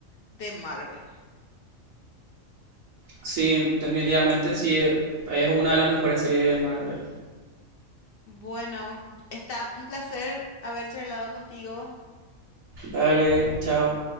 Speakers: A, on the left (about 65°); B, on the right (about 75°).
A: de Marvel.
B: sí, definitivamente sí, eh, es una de las mejores series de Marvel.
A: Bueno, está un placer haber charlado contigo.
B: Dale, chao.